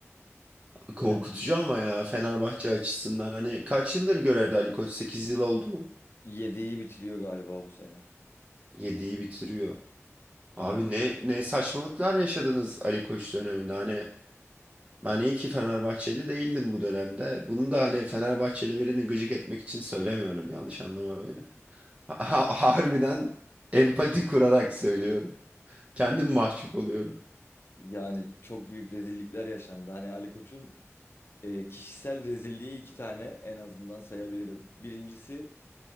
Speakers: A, on the right (about 25°); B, on the left (about 50°).
A: Korkutucu
B: Yani
A: ama ya Fenerbahçe açısından. Hani kaç yıldır görevde Ali Koç? sekiz yıl oldu mu?
B: yediği bitiriyor galiba bu sene.
A: 7'yi bitiriyor.
B: Aynen.
A: Abi ne ne saçmalıklar yaşadınız Ali Koç döneminde. Hani ben iyi ki Fenerbahçeli değildim bu dönemde. Bunu da hani Fenerbahçeli birini gıcık etmek için söylemiyorum. Yanlış anlama beni. Ha- harbiden empati kurarak söylüyorum. Kendim mahcup oluyorum.
B: Yani çok büyük rezillikler yaşandı. Hani Ali Koç'un e, kişisel rezilliği iki tane en azından sayabilirim. Birincisi